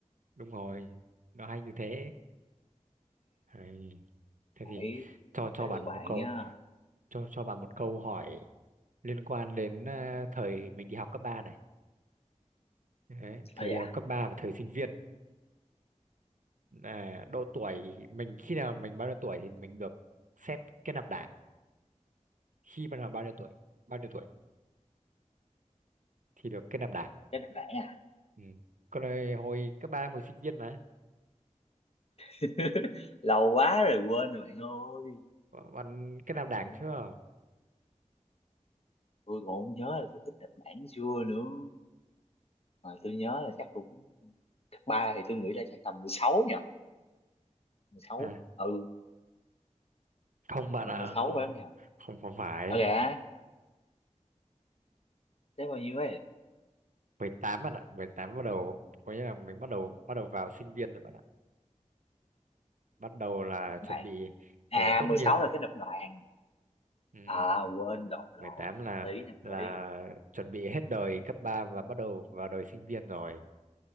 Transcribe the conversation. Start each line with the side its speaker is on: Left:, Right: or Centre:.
Right: đúng rồi nó hay như thế hay. thế
Left: phải
Right: thì cho cho
Left: sẽ
Right: bạn
Left: được bạn
Right: một câu
Left: nhá
Right: cho cho bạn một câu hỏi liên quan đến à, thời mình đi học cấp 3 này Đấy, thời
Left: ờ dạ
Right: đi học cấp 3 và thời sinh viên à, độ tuổi mình khi nào mình bao nhiêu tuổi thì mình được xét kết nạp đảng khi bắt đầu bao nhiêu tuổi bao nhiêu tuổi thì được kết nạp đảng
Left: chắc là bạn à
Right: ừ. còn hồi, hồi cấp ba hồi sinh viên mà
Left: <laughs> lâu quá rồi quên rồi bạn ơi
Right: bạn kết nạp đảng
Left: Nhưng
Right: chưa
Left: mà tôi còn không nhớ là tôi thích Nhật Bản xưa nữa mà tôi nhớ là chắc cũng cấp ba thì tôi nghĩ là chắc tầm 16 nhỉ mười sáu
Right: à,
Left: ừ
Right: không bạn
Left: mười
Right: ạ
Left: sáu phải không nhỉ
Right: không không phải
Left: ờ dạ thế bao nhiêu ấy
Right: mười tám bạn ạ 18 bắt đầu có nghĩa là mình bắt đầu bắt đầu vào sinh viên rồi bạn ạ bắt đầu là
Left: Nhật Bản
Right: chuẩn bị
Left: à
Right: để tốt
Left: mười
Right: nghiệp
Left: sáu là cái nập đoàn
Right: ừ.
Left: à quên lộn lộn
Right: mười tám là
Left: nhầm tí nhầm
Right: là
Left: tí
Right: chuẩn bị hết đời cấp 3 và bắt đầu vào đời sinh viên rồi.